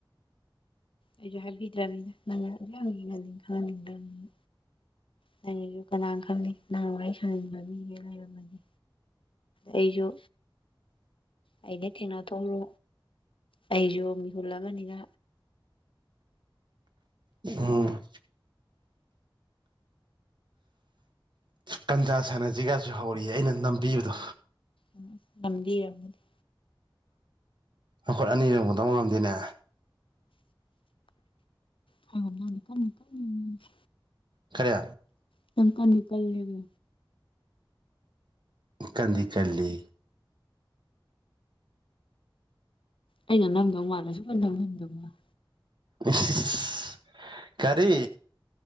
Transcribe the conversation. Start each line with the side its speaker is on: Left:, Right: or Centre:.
Left: ꯑꯩꯁꯨ ꯍꯥꯏꯕꯤꯗ꯭ꯔꯕꯤꯗ ꯅꯪꯅ ꯈꯪꯍꯟꯅꯤꯡꯗꯅ ꯅꯪꯒꯤꯁꯨ ꯀꯅꯥ ꯈꯪꯅꯤ ꯅꯪ ꯋꯥꯔꯤ ꯁꯟꯅꯅꯤꯡꯕ ꯃꯤꯒ ꯂꯩꯔꯝꯃꯗꯤ ꯑꯩꯁꯨ ꯑꯩꯩꯅ ꯊꯦꯡꯅ ꯊꯣꯛꯎꯔꯣ ꯑꯩꯁꯨ ꯃꯤꯍꯨꯜ ꯑꯃꯅꯤꯅ
Right: ꯑꯝ ꯄꯟꯖꯥ ꯁꯥꯟꯅꯖꯤꯒꯥꯁꯨ ꯍꯧꯔꯤꯌꯦ ꯑꯩꯅ ꯅꯝꯕꯤꯕꯗꯣ
Left: ꯎ ꯉꯗꯤ ꯌꯥꯝꯗꯤ <unintelligible>
Right: ꯃꯈꯨꯠ ꯑꯅꯤ ꯇꯧꯕꯗꯕꯨ ꯉꯝꯗꯦꯅꯦ
Left: ꯍ ꯅꯤꯀꯝꯅꯤꯀꯝ <inaudible>
Right: ꯀꯔꯤ
Left: ꯆꯪꯀꯥ ꯅꯤꯀꯜꯂꯕ
Right: ꯀꯟꯗꯤ ꯀꯜꯂꯤ
Left: ꯑꯩꯅ ꯅꯝꯗꯧ ꯃꯥꯜꯂ ꯁꯨꯡꯅꯝ ꯅꯝꯍꯟꯗꯕ ꯋꯥꯅꯦ
Right: ꯏꯁ ꯀꯔꯤ